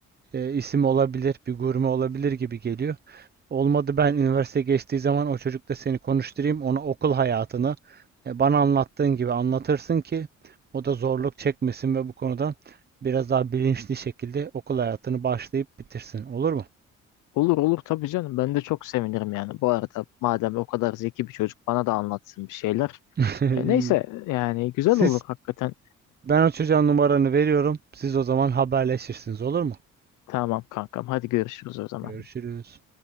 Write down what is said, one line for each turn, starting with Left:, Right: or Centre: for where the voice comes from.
Right: e, isim olabilir, bir gurme olabilir gibi geliyor. Olmadı ben üniversite geçtiği zaman o çocukla seni konuşturayım. Ona okul hayatını e, bana anlattığın gibi anlatırsın ki o da zorluk çekmesin ve bu konuda biraz daha bilinçli şekilde okul hayatını başlayıp bitirsin. Olur mu?
Left: Olur olur tabii canım. Ben de çok sevinirim yani. Bu arada madem o kadar zeki bir çocuk bana da anlatsın bir şeyler.
Right: <laughs>
Left: E,
Right: İyi.
Left: neyse yani güzel
Right: Siz
Left: olur hakikaten.
Right: ben o çocuğa numaranı veriyorum. Siz o zaman haberleşirsiniz olur mu?
Left: Tamam kankam. Hadi görüşürüz o zaman.
Right: Görüşürüz.